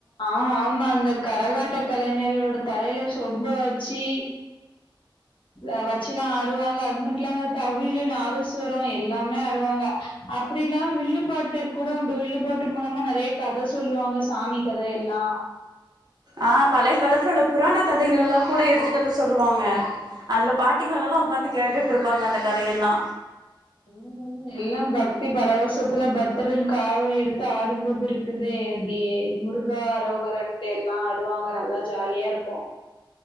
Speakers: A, on the left; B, on the right.
A: ஆ ஆமா அந்த கரகாட்ட கலைஞர்களோட தலையில சொப்ப வச்சி அத வச்சு எலா ஆடுவாங்க அது இல்லாம தவிழு நாதஸ்சுவரோ எல்லாமே ஆடுவாங்க அப்டி இல்லாம வில்லுபாட்டு கூட உண்டு வில்லுப்பாட்டு மூலமா நிறைய கத சொல்லுவாங்க சாமி கத எல்லா
B: ஆ பழைய காலத்தில உள்ள புராண கதைகள் எல்லா கூட எடுத்துக்ட்டு வந்து சொல்லுவாங்க அதுல பாட்டிக லலா உக்காந்து கேட்டுட்டு இருப்பாங்க அந்த கதயெல்லா
A: ம் எல்லா பக்தி பரவஷத்துல பத்திரில் காவை எடுத்து ஆடும்போது இருக் இருக்குது அப்டி முருகா அரோகரன்ட்டு எல்லா ஆடுவாங்க நல்லா ஜாலியா இருக்கு